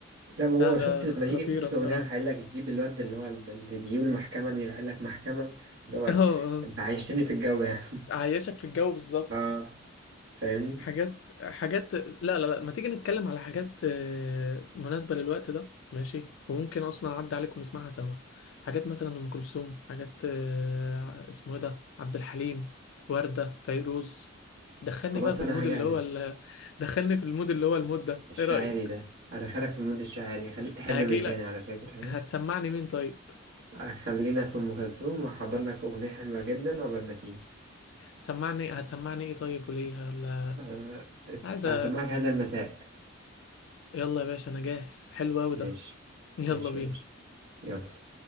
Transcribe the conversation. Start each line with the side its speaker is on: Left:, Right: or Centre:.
Right: لا وهو
Left: لا ده
Right: شفت
Left: خطيره
Right: لما يجي في نص
Left: الصراحه
Right: الاغنيه يروح قايل
Left: <laughs>
Right: لك يجيب الواد اللي هو اللي بيجيب المحكمه دي يروح قايل لك محكمه اللي هو
Left: اه اه
Right: انت عايشتني في الجو يعني <laughs>
Left: عايشك في الجو بالظبط
Right: اه فاهمني
Left: حاجات حاجات لا لا لا ما تيجي نتكلم على حاجات آه، مناسبة للوقت ده ماشي وممكن اصلا اعدي عليك ونسمعها سوا حاجات مثلا ام كلثوم حاجات آه، اسمه إيه ده عبد الحليم وردة فيروز دخلني
Right: خلاص
Left: بقى في
Right: انا
Left: المود
Right: هجهز
Left: اللي هو ال... دخلني في المود اللي هو المود ده
Right: الشاعري
Left: ايه رأيك
Right: ده ادخلك في المود الشاعري اخليك تحب
Left: هاجي
Right: من
Left: لك
Right: تاني على فكره
Left: هتسمعني مين طيب
Right: ها خلينا في ام كلثوم واحضر لك اغنيه حلوه جدا عقبال ما تيجي
Left: هتسمعني هتسمعني ايه طيب وليه ولا
Right: أه
Left: عايزة
Right: هسمعك هذا المساء
Left: يلا يا باشا انا جاهز حلو اوي
Right: ماشي
Left: ده يلا
Right: ماشي
Left: بينا
Right: يا باشا يلا